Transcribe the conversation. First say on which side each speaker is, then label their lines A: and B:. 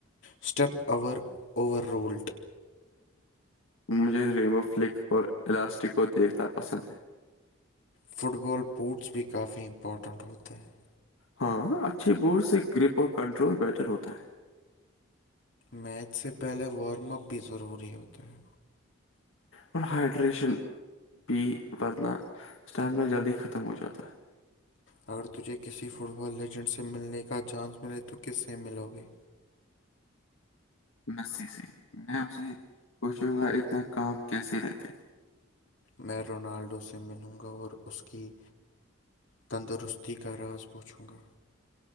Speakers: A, on the left (about 70°); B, on the left (about 85°).
A: اسٹپ اور اوور رولڈ
B: مجھے ریمو فلک اور الاسٹک کو دیکھنا پسند ہے
A: فٹ بال بوٹس بھی کافی امپورٹنٹ ہوتے ہیں
B: ہاں اچھے بور سے گرپ اور کنٹرول بیٹر ہوتا ہے
A: میچ سے پہلے وارم اپ بھی ضروری ہوتا ہے
B: اور ہائیڈریشن بھی ورنا اسٹیمنا جلدی ختم ہو جاتا ہے
A: اگر تجھے کسی فٹ بال لیجنڈ سے ملنے کا چانس ملے تو کس سے ملو گے
B: مست سے میں اسے پوچھوں گا اتنا کام کیسے رہتے
A: میں رونالڈو سے ملوں گا اور اس کی تندرستی کا راز پوچھوں گا